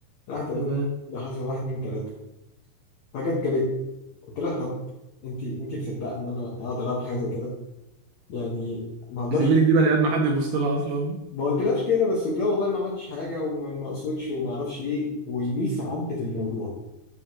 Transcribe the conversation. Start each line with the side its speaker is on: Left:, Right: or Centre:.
Left: راحت قالت
Right: تمام
Left: اللي حصل واحد اتنين تلاته فجت جابت قلت لها طب انت انت مصدقه ان انا اقدر اعمل حاجه زي كده يعني ما اقدرش
Right: زميلك دي بني ادم حد يبص لها اصلا
Left: ما قلتلهاش كده بس قلت لها والله ما عملتش حاجه وما ما اقصدش وما اعرفش ايه والميس عدت الموضوع